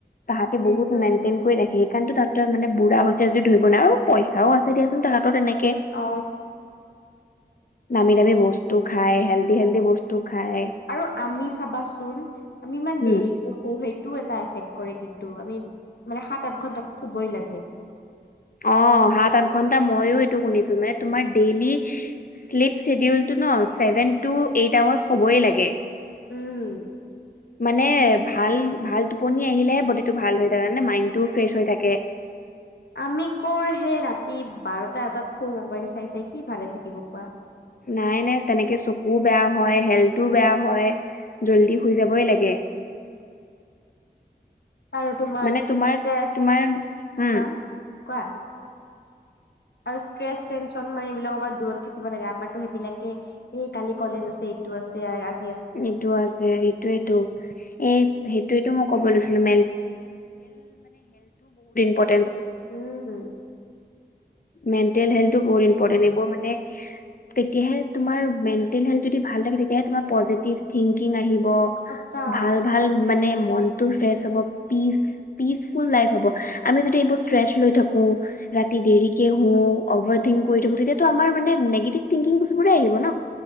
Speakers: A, on the left; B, on the left.
A: তাহাঁতি
B: সেইটোৱে
A: বহুত মেইনটেইন কৰি ৰাখে সেইকাৰণ তাহতে মানে বুঢ়া হৈছেদি ধৰিব নাই আৰু পইচাও আছে দিয়াচোন তাহাঁত এনেকে
B: অ
A: দামী দামী বস্তু খায় হেল্দি হেল্দি বস্তু খায়
B: আৰু আমি চাবাচোন আমি ইমান
A: উম
B: দেৰিকে শো সেইটোও এটা আছে কৰে কিন্তু আমি মানে সাত আঠ ঘন্টা শুবই লাগে
A: অ সাত আঠ ঘন্টা মইো এইটো শুনিছো মানে তোমাৰ ডেইলি শ্লিপ শ্বেডিউল ন চছেভেন টু এইট আৱাৰ্চ হ'বই লাগে
B: উম
A: মানে ভাল ভাল টোপনি আহিলেহে বডি টো ভাল হৈ থাকে মানে মাইণ্ডটো ফ্ৰেচ হৈ থাকে
B: আমি ক সেই ৰাতি বাৰটা এটাত খু মোবাইল চাই চাই কি ভালে থাকিব কোৱা
A: নাই নাই তেনেকে চকুও বেয়া হয় হেল্থো বেয়া হয় জল্দি শুই যাবই লাগে
B: আৰু
A: মানে তোমাৰ
B: ষ্ট্ৰেছ
A: তোমাৰ উম
B: হা কোৱা আৰু ষ্ট্ৰেছ টেনশ্যন মানে এইবিলাক অ দূৰত থাকিব লাগে আমাৰতো সেইবিলাকে এই কালি কলেজ আছে এইটো ছে
A: এইটো আছে সেইটোয়েতটো এই সেইটোয়টো মই কব লৈছো ম ম
B: উম,
A: মেণ্টেল হেল্থো বহুত ইম্পটেট এই বব মানে তেতিয়াহে তোমাৰ মেণ্টেল হেল্থ যদি ভাল থাকে তেতিয় থংকিং আহ
B: সঁচা
A: ভাল ভাল মান মনতটো ফ্ৰেছ হব পিচ পিচফুল লাইফ হব আমি যদি এইবোৰ ষ্ট্ৰেচ লৈ থাকো ৰাতি দেৰিকে
B: উম,
A: শো অভাৰ থিংক কৰি থাকো তেতিাতো আমাৰ মানে নিগেটিভ থিংকিংছবোৰে আহিব ন